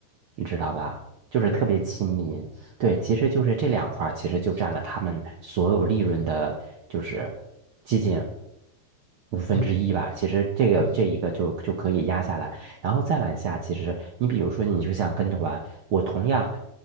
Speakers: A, on the right; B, on the left.
A: 你知道吧？就是特别亲民。
B: 对。
A: 对，其实就是这两块，其实就占了他们所有利润的，就是接近五分之一吧。
B: 就是。
A: 其实这个这一个就就可以压下来，
B: 嗯，
A: 然后再往下，其实你比如说，你就像跟团，我同样，